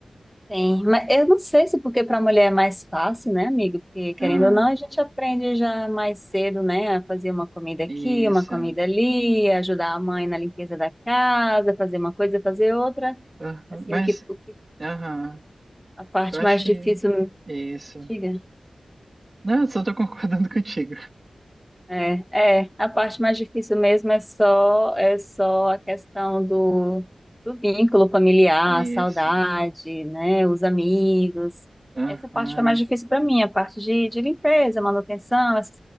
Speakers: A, in the centre; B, on the right.
A: Sim, mas eu não sei se porque para mulher é mais fácil, né, amiga? Porque querendo
B: Ah,
A: ou não, a gente aprende já mais cedo, né, a fazer uma comida
B: isso.
A: aqui, uma comida ali, ajudar a mãe na limpeza da casa, fazer uma coisa, fazer outra.
B: Aham,
A: Assim,
B: Mas,
A: o que, o que
B: aham,
A: a parte
B: eu acho
A: mais
B: que.
A: difícil,
B: Isso.
A: diga.
B: Não, só tô concordando <laughs> contigo.
A: É, é, a parte mais difícil mesmo é só é só a questão do, do vínculo familiar,
B: Isso.
A: a saudade, né, os amigos.
B: Aham,
A: Essa parte foi mais difícil para mim, a parte de, de limpeza, manutenção, essas,